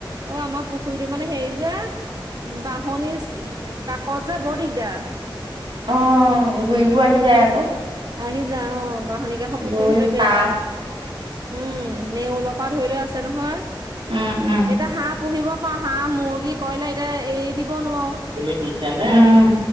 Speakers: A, on the right (about 50°); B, on the right (about 75°).
A: অ আমাৰ পুখুৰীটো মানে হেৰি যে বাঁহনি কাষত যে বৰ দিগদাৰ
B: অঁ গুৰিবোৰ আহি যায় আকৌ
A: আহি যা অ বাহনী কাষৰ পুখুৰী
B: গুৰি
A: হলে
B: সাপ
A: বেয়া উম নেওলপ পা ধৰি লয় আছে নহয়
B: উম উম
A: এতিয়া হাঁহ পুহিব পাওঁ হাঁহ, মুৰ্গী, কইলা এতিয়া এৰি দিব নোৱাৰো
B: তুমি দিছা নে উম